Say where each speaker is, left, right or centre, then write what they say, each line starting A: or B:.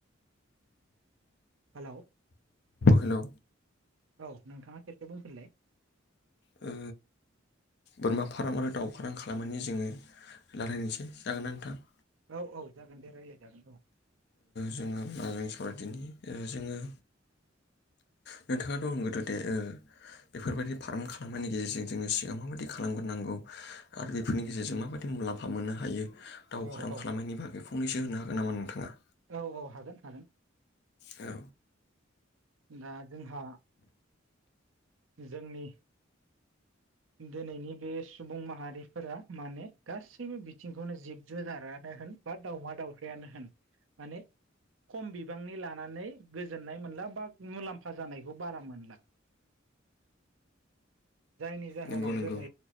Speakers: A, on the right; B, on the left.
A: हालौ
B: हेलौ
A: औ नोंथाङा खेबसे बुंफिनलाय
B: ओ बोरमा फार्म आरो दाउ फार्म खालामनायनि जोङो लारायनोसै जागोन ना नोंथां
A: औ औ जागोन दे रायलाय जागोन औ
B: जोङो होनबा जों सावरायदिनि जोङो नोंथाङाथ' होनगोरदो दे ओ बेफोरबायदि फार्म खालामनायनि गेजेरजों जोङो सिगां माबायदि खालामगोरनांगौ आरो बेफोरनि गेजेरजों माबायदि मुलाम फा मोननो हायो दाव
A: औ
B: फाराम
A: औ
B: खालामनायनि बागै फंनैसो होननो हागोन नामा नोंथाङा
A: औ औ हागोन हागोन
B: औ
A: दा जोंहा जोंनि दोनैनि बे सुबुं माहारिफोरा माने गासैबो बिथिंखौनो जिब जुनारानो होन बा दावमा दावफ्रायानो होन माने खम बिबांनि लानानै गोजोननाय मोनला बा मुलाम्फा जानायखौ बारा मोनला जायनि जाहोनावबो
B: नंगौ नंगौ
A: दिनै